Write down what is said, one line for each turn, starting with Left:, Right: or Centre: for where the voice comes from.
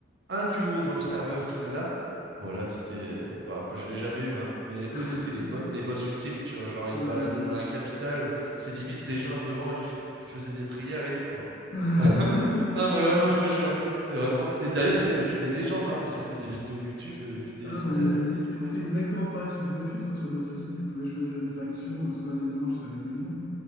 Right: un duo dans le serveur qui l'a, voilà, t'étais. Bah, je l'ai jamais eu, hein, mais
Left: <laughs>
Right: eux, c'était les, bo- les boss ultimes, tu vois. Genre, ils
Left: Ouais,
Right: se baladaient
Left: ouais.
Right: dans la capitale, c'est limite les gens devant, ils, f- ils faisaient des prières et tout, quoi.
Left: ouais. <laughs>
Right: <laughs> Non, mais vraiment, je te jure, c'est
Left: C'est-
Right: vraiment. Et d'ailleurs, c'est devenu des légendes, hein. Ils ont fait des vidéos YouTube euh, vues des
Left: Ah,
Right: centaines
Left: mais
Right: de milliers de
Left: c'est
Right: fois
Left: c'est
Right: et tout.
Left: exactement pareil sur Dofus. hein. Sur Dofus, tu pouvais choisir une faction, euh, soit les anges, soit les démons.